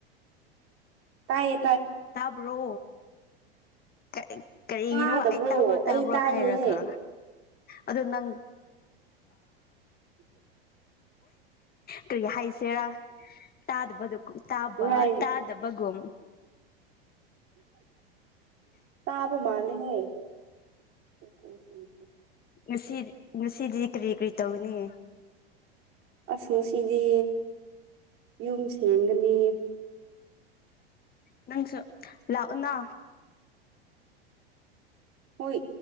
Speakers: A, on the right; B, on the left.
A: ꯇꯥꯏ
B: ꯁꯥꯕ꯭ꯔꯣ ꯀ ꯀꯔꯤꯅꯣ
A: ꯇꯥꯗꯕ꯭ꯔꯣ
B: ꯑꯩ ꯇꯥꯕ꯭ꯔꯣ ꯇꯥꯕ꯭ꯔꯣ
A: ꯑꯩ ꯇꯥꯏꯌꯦ
B: ꯍꯥꯏꯔꯒ ꯑꯗꯣ ꯅꯪ ꯀꯔꯤ ꯍꯥꯏꯁ ꯍꯦꯔꯥꯛꯇꯥꯗꯕꯗꯨ ꯇꯥꯕ
A: ꯉꯥꯏ
B: ꯇꯥꯗꯕꯒ
A: ꯇꯥꯕ ꯃꯥꯜ ꯍꯦ ꯀꯁꯨꯅꯤ
B: ꯉꯁꯤꯗꯤ ꯉꯁꯤꯗꯤ ꯀꯔꯤ ꯀꯔꯤ ꯇꯧꯒꯅꯤ
A: ꯑꯁ ꯉꯁꯤꯗꯤ ꯌꯨꯝ ꯁꯦꯡꯒꯅꯤ
B: ꯅꯪꯁꯨ ꯂꯅꯥ
A: ꯍꯣꯏ